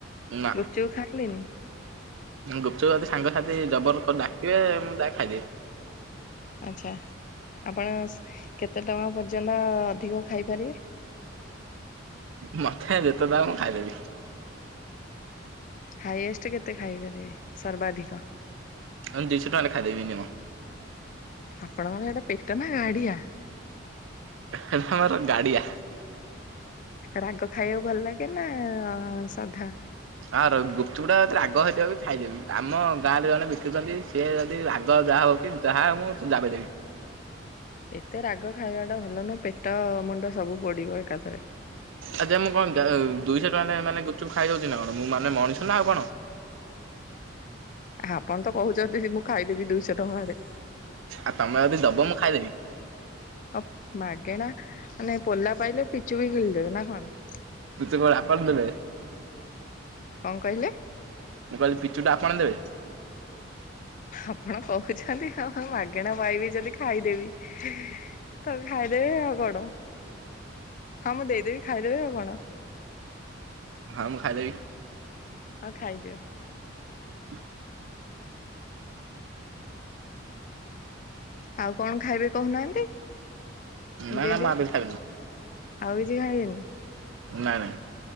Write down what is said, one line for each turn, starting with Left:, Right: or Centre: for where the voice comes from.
Right: ନା
Left: ଗୁପଚୁପ ଖାଆନ୍ତିନି?
Right: ଗୁପଚୁପ ଯଦି ସାଙ୍ଗସାଥି ଜବର କରି ଡାକିବେ ମୁଁ ଯାଏ ଖାଇଦିଏ।
Left: ଆଚଛା ଆପଣ କେତେ ଟଙ୍କା ପର୍ଯ୍ୟନ୍ତ ଅଧିକ ଖାଇପାରିବେ?
Right: ମୋତେ ଯେତେ ଦବ ମୁଁ ଖାଇଦେବି।
Left: ହାଇଏଷ୍ଟ କେତେ ଖାଇପାରିବେ ସର୍ବାଧିକ?
Right: ଏଇ ଦିଶ ଟଙ୍କାରେ ଖାଇଦେବି ମିନିମମ୍।
Left: ଆପଣଙ୍କର ସେଟା ପେଟ ନା ଗାଢିଆ?
Right: ହେଲଥ୍ ମୋର ଗାଡିଆ।
Left: ରାଗ ଖାଇବାକୁ ଭଲ ଲାଗେ ନା ଅ, ସାଧା?
Right: ଆର ଗୁପଚୁପ ଟା ଯଦି ରାଗ ହେଇଥିବ ବି ଖାଇଦେବି, ଆମ ଗାଁରେ ଜଣେ ବିକୁଚନ୍ତି ସିଏ ଯଦି ରାଗ ଯାହା ହଉ କି ଯାହା ହଉ ମୁଁ ଯାବେ ଦେବି।
Left: ଏତେ ରାଗ ଖାଇବା ଟା ଭଲ ନୁହଁ, ପେଟ ମୁଣ୍ଡ ସବୁ ପୋଡିବ ଏକାଥରେ।
Right: ଆ ଯେ ମୁଁ କଣ ଯାଉ ଦୁଇଶହ ଟଙ୍କା ନେ-ମାନେ ଗୁପଚୁପ ଖାଇ ଦଉଚି ନା କଣ, ମୁଁ ମାନେ ମଣିଷ ନା ଆଉ କଣ?
Left: ଆପଣ ତ କହୁଚନ୍ତି <inaudible> ମୁଁ ଖାଇଦେବି ଦୁଇଶହ ଟଙ୍କାରେ।
Right: ଆଉ ତୋମେ ଯଦି ଦବ ମୁଁ ଖାଇଦେବି।
Left: ଅ, ମାଗେଣା ମାନେ ପୋଲା ପାଇଲେ ପିଚୁ ବି ଗିଲିଦେବେ ନା କଣ?
Right: ପିଚୁ କଣ ଆପଣ ଦେବେ?
Left: କଣ କହିଲେ?
Right: ମୁଁ କହିଲି ପିଚୁ ଟା ଆପଣ ଦେବେ?
Left: ଆପଣ କହୁଛନ୍ତି ହଁ ମାଗେଣା ପାଇବି ଯଦି ଖାଇଦେବି। ତ ଖାଇଦେବେ ଆଉ କଣ, ହଁ ମୁଁ ଦେଇଦେବି ଖାଇଦେବେ ଆଉ କଣ।
Right: ହଁ ମୁଁ ଖାଇଦେବି।
Left: ହଁ ଖାଇଦିଅ।
Right: <inaudible>
Left: ଆଉ କଣ ଖାଇବେ କହୁ ନାହାନ୍ତି?
Right: ନା
Left: ଦେଇଦେବେ,
Right: ନା ମୁଁ ଆଉ କିଛି ଖାଇବିନି
Left: ଆଉ କିଛି ଖାଇବେନି?
Right: ନାଇଁ ନାଇଁ।